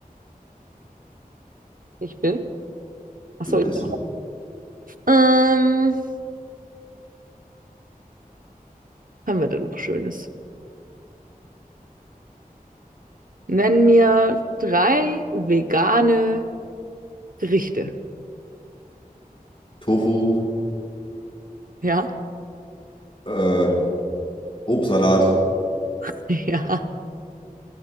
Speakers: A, on the right; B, on the left.
A: Ich bin? Achso,
B: du bist
A: ich bin. Ähm, was haben wir denn noch Schönes? Nenn mir drei vegane Gerichte.
B: Tofu,
A: Ja?
B: äh, Obstsalat
A: <laughs> Ja.